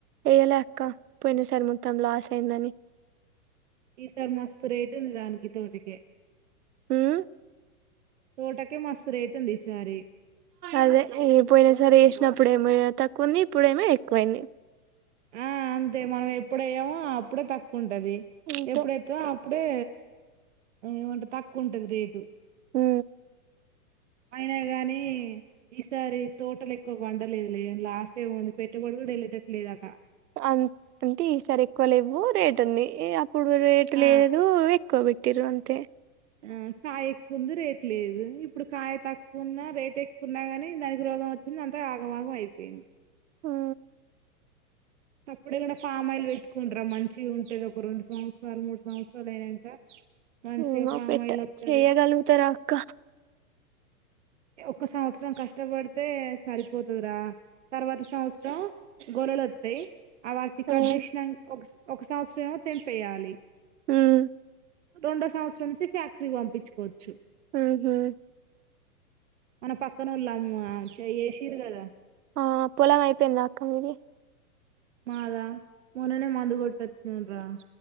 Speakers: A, on the right; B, on the right.
A: వేయల అక్క పోయిన సారి మొత్తం లాస్ అయిందని
B: ఈసారి మస్త్ రేట్ ఉంది దానికి తోటి ఏ
A: హ్మ్
B: తోటకే మస్తు రేటు ఉంది ఈసారి
A: అదే పోయినా సారి ఏసినప్పు ఇప్పుడేమయో తక్కువుంది ఇప్పుడేమో ఎక్కువైంది
B: ఆ అంతే మనం ఎప్పుడ అయ్యామో అప్పుడే తక్కు ఉంటది
A: అంతే
B: ఎప్పుడైతే అప్పు ప్పుడే ఏమంటే తక్కువ ఉంటది రేటు
A: హు
B: అయినా గాని ఈసారి తోటలు ఎక్కువ పండలేదు లే లాస్ ఏమింది పెట్టుబడీ కూడా వెళ్ళటట్ లేదు అక్
A: అం అంటే ఈ సారి ఎక్కువ లేవు రే ట్ ఉంది అప్పుడు రేట్
B: ఆ
A: లేదు ఎక్కబట్టిరు అంతే
B: ఆ కాయ ఎక్కువంది రేట్ లేదు ఇప్పుడు కాయ తక్కువ ఉన్నా రేట్ ఎక్కువన్నా కాని దానికి రోగం వచ్చింది అంతా ఆగమాగం అయిపోయింది
A: హు
B: అప్పుడే కాడా ఫామ్ అయిలు పెట్టుకుంటరా మంచిగా ఉంటది ఒక రెండు సంవత్సరాలు మూడు సంవత్సరాలు అయినాక మంచిగా
A: ఏమె
B: ఫామ్
A: పెట్ట
B: ఆయిల్ వత్తది
A: చేయ్యగలుగుతార అక్క
B: ఒక సంవత్సరం కష్టపడితే సరిపోతదిరా తర్వాత సంవత్సరం గోలలు వస్తయి ఆవి అట్టి గా
A: మ్మ్
B: కట్ చేసినాక్ ఒక సా ఒక సంవత్సరం ఏమె తేంపేయాలి
A: మ్మ్
B: రెండో సంవత్సరం నుంచి ఫ్యాక్టరీ పంపించుకోవచ్చు
A: హు హ్మ్
B: మన పక్కనోళ్ళ అమ్మ చే ఏసీరు కదా
A: ఆ పొలం అయిపోయిందా అక్క మీది
B: మాదా మోననే మందు కొట్టిచ్చనామ్ రా